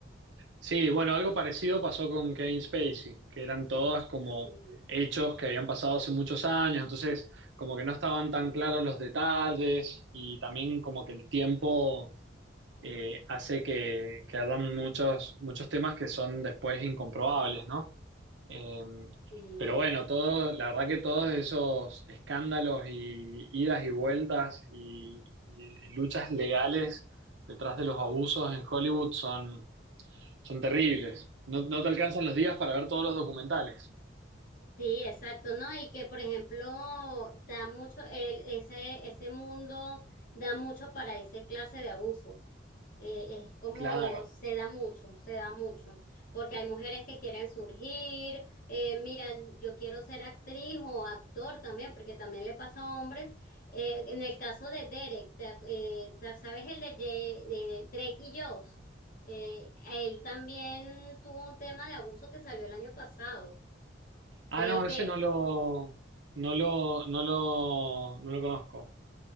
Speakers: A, on the right; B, on the left.
A: Sí, bueno, algo parecido pasó con Kevin Spacey, que eran todas como
B: Sí,
A: hechos que habían pasado hace muchos años, entonces como que no estaban tan claros los detalles y también como que el tiempo eh, hace que, que hagan muchos, muchos temas que son después incomprobables, ¿no? Eh,
B: sí.
A: pero bueno, todo, la verdad que todos esos escándalos y idas y vueltas y y luchas legales detrás de los abusos en Hollywood son son terribles. No, no te alcanzan los días para ver todos los documentales.
B: Sí, exacto, ¿no? Y que, por ejemplo, da mucho, el- ese, ese mundo da mucho para esa clase de abusos. Eh, es como
A: Claro.
B: se da mucho, se da mucho, porque hay mujeres que quieren surgir, eh, miran, yo quiero ser actriz o actor también, porque también le pasa a hombres. Eh, en el caso de Derek, ¿te ac- eh, te- ¿sabes el de, Ye- de Drake y Josh? Eh, él también tuvo un tema de abuso que salió el año pasado,
A: Ah,
B: Drake
A: no,
B: Bell.
A: ese no lo, no lo, no lo,
B: Sí.
A: no lo conozco.